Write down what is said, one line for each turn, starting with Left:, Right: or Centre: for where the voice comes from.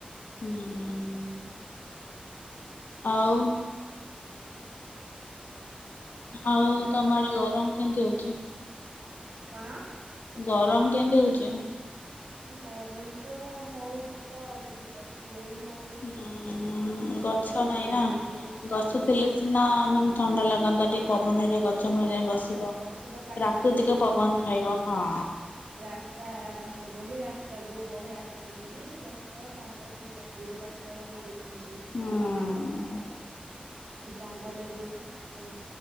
Left: ହୁଁ, ଆଉ ଆଉ
Right: କଣ
Left: ତମ
Right: କରୁଛୁ
Left: ଆଡେ ଗରମ କେମତି ହଉଛି?
Right: କଣ?
Left: ଗରମ କେମିତି ହଉଛି?
Right: ଗରମ ତ ହଉଚି ତ ଅଧିକ ଶୋଇ ହଉ
Left: ହଁ ଗଛ ନାଇଁ
Right: ଖାଇବାକୁ
Left: ନା
Right: ବି ଇଚ୍ଛା
Left: ଗଛ
Right: ହଉନି।
Left: ଥିଲେ ସିନା ମା ଥଣ୍ଡା ଲାଗନ୍ତା ଟିକେ ପବନରେ ଗ ଛ ମୂଳେ ଯାଏ
Right: ହଁ
Left: ବସିବ
Right: ଗଛ ତ କାଟି
Left: ପ୍ରାକୃତିକ
Right: ଦଉଛନ୍ତି
Left: ପବନ
Right: ନା।
Left: ଖାଇବ ହଁ।
Right: ରାସ୍ତା ବୋଲି ରାସ୍ତାକୁ ବଢେଇିବା ପାଇଁ ବୋଲି ଗଛ ପାହାଡ଼ ସବୁ କାଟି ଚୁଡ଼ି ରାସ୍ତା ବନେଇଦୋଉଛନ୍ତି।
Left: ହଁ
Right: ଜଙ୍ଗଲ ବି ସେ